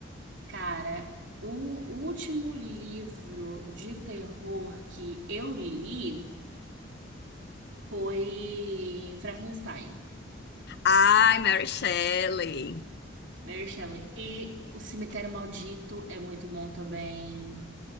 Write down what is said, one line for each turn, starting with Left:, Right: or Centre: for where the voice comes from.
Right: Cara, o último livro de terror que eu li foi Frankenstein,
Left: Ai, Mary Shelley.
Right: Mary Shelley. E O Cemitério Maldito é muito bom também.